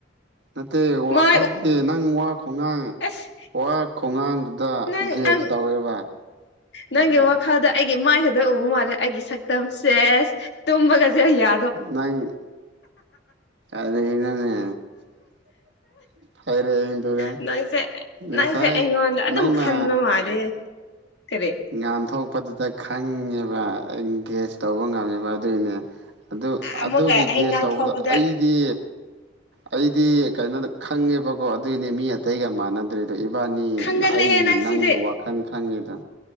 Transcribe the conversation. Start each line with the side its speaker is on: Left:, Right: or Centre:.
Right: ꯅꯠꯇꯦ ꯋꯥꯈꯜꯒꯤ
Left: ꯃꯥꯏ
Right: ꯅꯪ ꯋꯥ ꯈꯨꯉꯥꯡ
Left: ꯑꯁ
Right: ꯋꯥ ꯈꯨꯉꯥꯡꯗꯨꯗ
Left: ꯅꯪ
Right: ꯒ꯭ꯌꯥꯁ
Left: ꯅꯪ
Right: ꯇꯧꯋꯦꯕ
Left: ꯅꯪꯒꯤ ꯋꯥꯈꯜꯗ ꯑꯩꯒꯤ ꯃꯥꯏ ꯈꯛꯗ ꯎꯕ ꯃꯥꯜꯂꯦ ꯑꯩꯒꯤ ꯁꯛꯇꯝ ꯁꯦꯁ ꯇꯨꯝꯕꯒꯁꯦ ꯌꯥ
Right: ꯅꯪ ꯀꯔꯤꯅꯣꯅꯦ ꯐꯩꯔꯦꯡ ꯇꯨꯔꯦꯡ
Left: ꯅꯪꯁꯦ
Right: ꯉꯁꯥꯏ
Left: ꯅꯪꯁꯦ ꯑꯩꯉꯣꯟꯗ ꯑꯗꯨꯝ
Right: ꯅꯪꯅ
Left: ꯈꯟꯕ ꯃꯥꯜꯂꯦ ꯀꯔꯤ
Right: ꯉꯥꯥꯟꯊꯣꯛꯄꯗꯨꯗ ꯈꯪꯉꯦꯕ ꯑꯩ ꯒꯦꯁ ꯇꯧꯕ ꯉꯝꯃꯦꯕ ꯑꯗꯨꯏꯅꯤ ꯑꯗꯨ
Left: ꯑꯃꯨꯛꯀ
Right: ꯑꯗꯨꯒꯤ
Left: ꯑꯩ
Right: ꯒꯦꯁ
Left: ꯉꯥꯡꯊꯧꯕꯗ
Right: ꯇꯧꯕꯗꯣ ꯑꯩ ꯗꯤ ꯑꯩꯗꯤ ꯀꯩꯅꯣꯗ ꯈꯪꯉꯦꯕꯀꯣ ꯑꯗꯨꯒꯤꯅꯤ ꯃꯤ ꯑꯇꯩꯒ ꯃꯥꯟꯅꯗ꯭ꯔꯤ ꯗꯨ ꯏꯕꯥꯟꯅꯤ
Left: ꯈꯪꯒꯠꯂꯦꯍꯦ
Right: ꯑꯩꯒꯤ
Left: ꯅꯪ
Right: ꯅꯪꯒꯤ
Left: ꯁꯤꯗꯤ
Right: ꯋꯥꯈꯟ ꯈꯪꯉꯤꯗꯨ